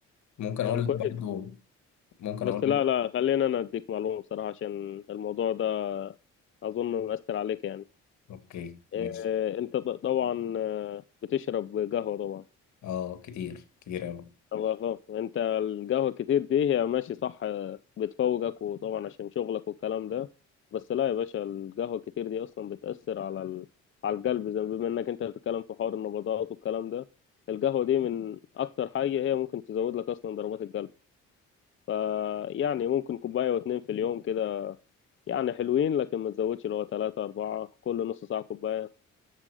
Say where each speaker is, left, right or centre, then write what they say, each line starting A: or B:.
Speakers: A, on the left (about 70°); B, on the left (about 40°).
A: ممكن
B: يعني
A: اقول لك
B: كويس
A: برضو ممكن
B: بس
A: اقول
B: لا
A: لك
B: لا خلينا انا اديك معلومه بصراحه عشان الموضوع ده اظن مأثر عليك يعني
A: اوكي ماشي
B: إيه انت ط- طبعا آه، بتشرب قهوه طبعا
A: اه كتير كتير اوي
B: طب خلاص، انت القهوه كتير دي هي ماشي صح آه، بتفوقك وطبعا عشان شغلك والكلام ده بس لا يا باشا القهوه كتير دي اصلا بتأثر على ال... على القلب زي بما انك انت بتتكلم في حوار النبضات والكلام ده القهوه دي من اكتر حاجه هي ممكن تزود لك اصلا ضربات القلب فيعني ممكن كوبايه واتنين في اليوم كده يعني حلوين لكن ما تزودش اللي هو ثلاثة أربعة كل نص ساعة كوباية